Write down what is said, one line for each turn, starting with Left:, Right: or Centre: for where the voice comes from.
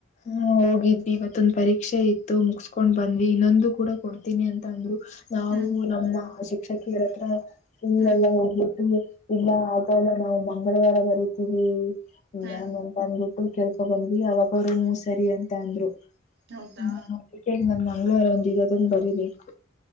Left: ಹಾ ಹೋಗಿದ್ವಿ ಇವತ್ತೊಂದ್ ಪರೀಕ್ಷೆ ಇತ್ತು ಮುಗಸ್ಕೊಂಡ್ ಬಂದ್ವಿ ಇನ್ನೊಂದು ಕೂಡ ಕೊಡ್ತೀನಿ ಅಂತ ಅಂದ್ರು ನಾವು
Right: ಹ್ಮ್
Left: ನಮ್ಮ ಶಿಕ್ಷಕಿಯರತ್ರ ಫುಲ್
Right: ಹ್ಮ್
Left: ಎಲ್ಲ ಹೋಗ್ಬಿಟ್ಟು ಇಲ್ಲ ಆಗಲ್ಲ ನಾವು ಮಂಗಳವಾರ ಬರಿತೀವಿ
Right: ಹ್ಮ್
Left: ನನ್ ಅಂತಂದ ಕೇಳ್ಕೊ ಬಂದ್ವಿ ಅವಾಗರುೂ ಸರಿ ಅಂತ ಅಂದ್ರು್ಮ
Right: ಹೌದಾ
Left: ಹೇ ನಮ್ ಮಂಗ್ೂರ ಒಂದಿಗೋದನ್ ಬರೀಬೇಕು